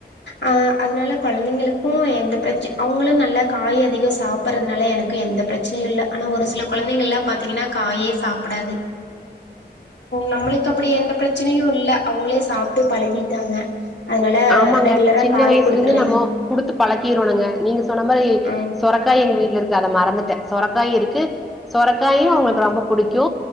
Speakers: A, on the left; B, in the centre.
A: ஆஹ் அதனால குழந்தைங்களுக்கும் எந்த பிரச்ச அவங்களும் நல்லா காய் அதிகம் சாப்பிட்றதுனால எனக்கு எந்த பிரச்சனை இல்ல ஆனா ஒரு சில குழந்தைகள் எல்லாம் பா்த்தீங்கன்னா காயே சாப்பிடாது நம்மளுக்கு அப்படி எந்த பிரச்சனையும் இல்லை அவுங்களே சாப்பிட்டு பழகிட்டாங்க அதனால
B: ஆமாங்க
A: ரெகுலரா
B: சின்ன
A: காய்
B: வயசுல
A: குடுத்துருவேங்க
B: இருந்து நம்மோ குடுத்து பழக்கிறோனுங்க நீங்க சொன்ன மாரி
A: ஆ
B: சொரக்கா எங்க வீட்டுல இருக்கு அத மறந்துட்டே சொரக்காயு இருக்கு சொரக்காயும் அவங்களுக்கு ரொம்ப புடிக்கு